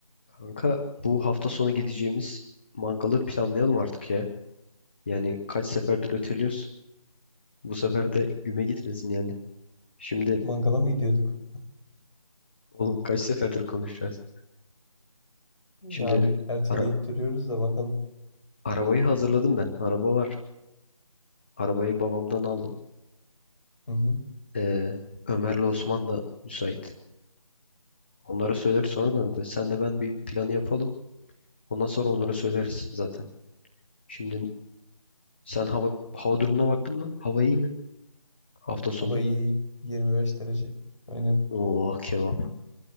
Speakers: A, on the left; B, on the left.
A: Kanka bu hafta sonu gideceğimiz mangalı planlayalım artık ya. Yani kaç seferdir öteliyoruz. Bu sefer de güme gitmesin yani. Şimdi
B: Mangala mı gidiyorduk?
A: oğlum kaç seferdir konuşacağız.
B: Ya
A: Şimdi
B: bir erteleyip
A: ara-
B: duruyoruz da bakalım.
A: arabayı hazırladım ben. Araba var. Arabayı babamdan aldım.
B: Hı hı.
A: Ee, Ömer'le Osman da müsait. Onlara söyleriz sonradan da. Senle ben bir planı yapalım. Ondan sonra onlara söyleriz zaten. Şimdi sen hava hava durumuna baktın mı? Hava iyi mi? Hafta sonu.
B: Hava iyi, iyi. 25 derece. Aynen.
A: Oo kebap.